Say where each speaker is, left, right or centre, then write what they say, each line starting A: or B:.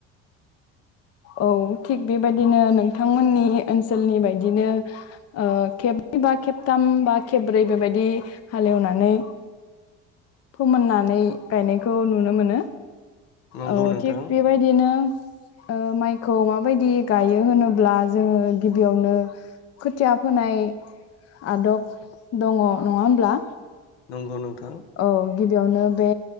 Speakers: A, on the left; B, on the left.
A: औ थिग बेबायदिनो नोंथांमोननि ओनसोलनि बायदिनो ओ खेबबै बा खेबथाम बा खेबब्रै बेबायदि हालेवनानै फोमोननानै गायनायखौ नुनो मोनो।
B: नंगौ
A: औ
B: नोंथां
A: थिग बेबायदिनो। ओ माइखौ माबायदि गायो होनोब्ला जोङो गिबियावनो खोथिया फोनाय आदब दङ नङा होमब्ला?
B: नंगौ नोंथां।
A: औ गिबियावनो बे